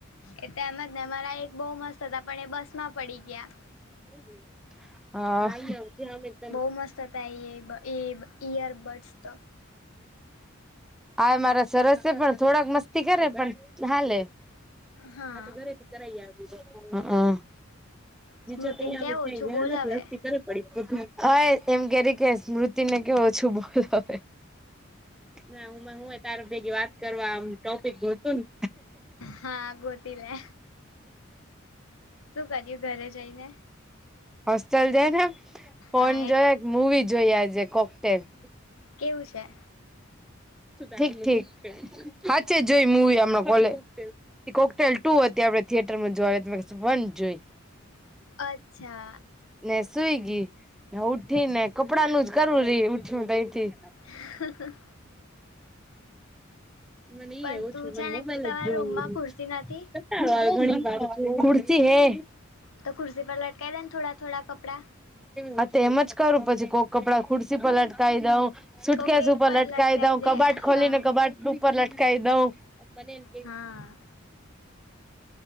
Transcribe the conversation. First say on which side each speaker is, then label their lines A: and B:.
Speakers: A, on the left; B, in the centre.
A: એ તો એમ જ ને મારા એક બહુ મસ્ત હતા પણ એ બસમાં પડી ગયા.
B: હહ અ <inaudible>
A: બહુ મસ્ત હતા એબ એબ ઈયરબડ્સ તો
B: આય મારા સરસ છે પણ થોડાક મસ્તી કરે પણ હાલે.
A: હા
B: આ તો ઘરેથી કરાઈ આવી <inaudible> હહ અ બીજા
A: સ્મૃતિને
B: ત ઈયા
A: કે
B: આવીને
A: ઓછું
B: ક્યાં ગયા
A: બોલાવે
B: નથી હસ્તી તરત ઓય એમ કેરી કે સ્મૃતિને કે ઓછું બોલ હવે. ના હું માર હું એ તાર ભેગી વાત કરવા આમ ટોપિક ગોતું ન
A: હા ગોતી લે. શું કર્યું ઘરે જઈને?
B: હોસ્ટેલ જઈને ફોન
A: હા એ
B: જોયો, એક મુવી જોઈ આજે કોકટેલ.
A: કેવું છે?
B: ઠીક ઠીક. હાચે જોઈ મુવી હમણાં કોલે કોકટેલ ટુ હતી આપડે થિયેટરમાં જોવા વન જોઈ.
A: અચ્છા.
B: ને સુઈ ગઈ ઉઠી
A: પછી
B: ને કપડાનું જ કરવું રહી ઉઠ્યું તો ત તહીથી.
A: હ.
B: મને ઈ
A: પણ
B: એ ઓછું
A: તું
B: મને
A: છે
B: મોબાઈલ
A: ને તમારા
B: જ જોવું.
A: રૂમમાં ખુરશી નથી
B: વા ઘણી <unintelligible> ખુરશી હે.
A: તો કુર્સી પર લટકા દેને થોડા-થોડા કપડા.
B: હ તે એમજ કરું પછી કોક કપડા ખુરશી પલટકાવી દઉં સુટકેસ
A: કોક બેડ
B: ઉપર
A: પર
B: લટકાઈ દઉ
A: દે
B: કબાટ ખોલી
A: હા
B: ને કબાટ ઉપર લટકાઈ દઉ બ
A: હા.